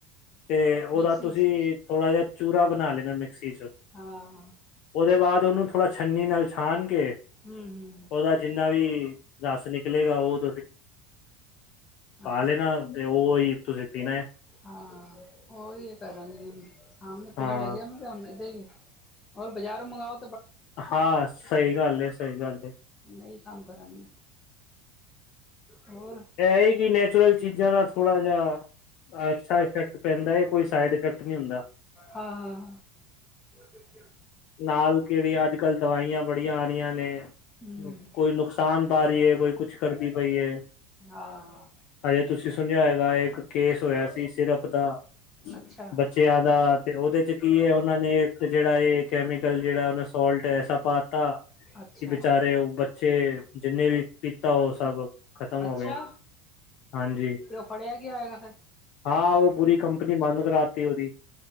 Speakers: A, on the left; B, on the left.
A: ਤੇ ਉਹਦਾ
B: ਮਿਕਸੀ
A: ਤੁਸੀਂ
B: ਚ
A: ਥੋੜਾ ਜਿਹਾ ਚੂਰਾ ਬਣਾ ਲੈਣਾ ਮਿਕਸੀ ਚ,
B: ਹਾਂ
A: ਉਹਦੇ ਬਾਅਦ ਉਹਨੂੰ ਥੋੜਾ ਛੰਨੀ ਨਾਲ ਛਾਨ ਕੇ,
B: ਹਮ ਹਮ
A: ਉਹਦਾ ਜਿੰਨਾ ਵੀ ਰੱਸ ਨਿਕਲੇਗਾ, ਉਹ
B: ਹਾਂ
A: ਪਾ ਲੈਣਾ ਤੇ ਉਹਹੀ ਤੁਸੀਂ ਪੀਣਾ
B: ਹਾਂ ਉਹੀ ਕਰਾਂਗੇ ਸਾਹਮਣੇ ਪੇੜ
A: ਹਾਂ
B: ਲੱਗਿਆ ਮ ਦਾਾਂ ਹੀ ਰ ਬਾਜ਼ਾਰੋਂ ਮੰਗਾਓ
A: ਹਾਂ ਸਹੀ ਗੱਲ ਹੈ ਸਹੀ ਗੱਲ ਹੈ
B: ਨਹੀਂ ਕੰਮ ਕਰਾਂਗੀ ਹੋਰ
A: ਇਹ ਹੀ ਕਿ ਨੈਚੁਰਲ ਚੀਜ਼ਾਂ ਦਾ ਥੋੜਾ ਜਿਹਾ ਅੱਛਾ ਇਫੈਕਟ ਪੈਂਦਾ ਹੈ, ਕੋਈ ਸਾਈਡ ਇਫੈਕਟ ਨਹੀਂ ਹੁੰਦਾ
B: ਹਾਂ ਹਾਂ ਉਹ ਦੇਖ
A: ਨਾਲ ਕਿਹੜੀਆਂ ਅੱਜ ਕੱਲ੍ਹ ਦਵਾਈਆਂ ਬੜੀਆਂ ਆ ਰਹੀਆਂ ਨੇ
B: ਹੂੰ
A: ਕੋਈ ਨੁਕਸਾਨ ਪਾ ਰਹੀ ਹੈ ਕੋਈ ਕੁਛ ਕਰਦੀ ਪਈ ਹੈ
B: ਹਾਂ
A: ਹਜੇ ਤੁਸੀਂ ਸੁਣਿਆ ਹੋਏਗਾ, ਇੱਕ ਕੇਸ ਹੋਇਆ ਸੀ ਸਿਰਫ ਦਾ
B: ਅੱਛਾ
A: ਬੱਚਿਆਂ ਦਾ ਤੇ ਉਹਦੇ ਚ ਕੀ ਹੈ ਉਹ ਨੇ ਇੱਕ ਜਿਹੜਾ ਇਹ ਕੈਮੀਕਲ ਜਿਹੜਾ ਉਹਨ ਸੋਲਟ ਐਸਾ ਪਾ। ਕੀਤਾ
B: ਅੱਛਾ
A: ਕਿ ਬੇਚਾਰੇ ਉਹ ਬੱਚੇ, ਜਿੰਨੇ ਵੀ ਪੀਤਾ ਉਹ ਸਭ ਖਤਮ
B: ਅੱਛਾ
A: ਹੋ ਗਏ ਹਾਂਜੀ
B: ਤੇ ਉਹ ਫੜਿਆ ਗਿਆ ਹੋਏਗਾ, ਫੇਿਰ
A: ਹਾਂ ਉਹ ਪੂਰੀ ਕੰਪਨੀ ਬੰਦ ਕਰਾਤੀ ਉਹਦੀ